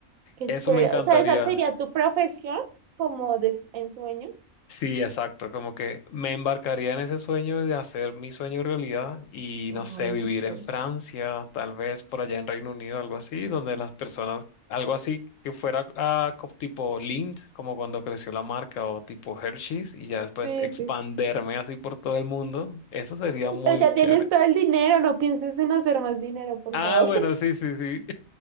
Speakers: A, on the right; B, on the left.
A: Qué
B: Eso
A: chévere.
B: me encantaría.
A: O sea, esa sería tu profesión como de ensueño.
B: Sí, exacto, como que me embarcaría en ese sueño de hacer mi sueño realidad y
A: Ay,
B: no sé, vivir
A: qué chévere.
B: en Francia, tal vez por allá en Reino Unido, algo así, donde las personas, algo así que fuera ah, co- tipo Lind, como cuando creció la marca o tipo Hershey's y ya después
A: Sí,
B: expanderme
A: sí.
B: así por todo el mundo, eso sería muy
A: Pero ya
B: chévere.
A: tienes todo el dinero, no pienses en hacer más dinero, por
B: Ah,
A: favor.
B: bueno, sí, sí, sí,